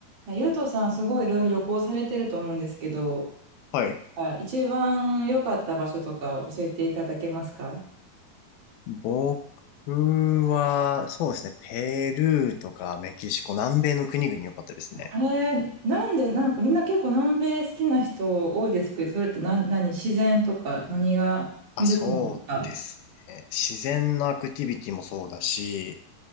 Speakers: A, on the right (about 55°); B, on the left (about 80°).
A: いやゆうとさん、すごいいろいろ旅行されてると思うんですけど、
B: はい。
A: あ一番良かった場所とか教えていただけますか
B: 僕は、そうですね、ペルーとかメキシコ、南米の国々良かったですね。
A: あれ、なんで、なんかみんな結構南米好きな人多いですけど、それって何、何、自然とか何が魅力なんですか
B: あ、そうですね。自然のアクティビティもそうだし、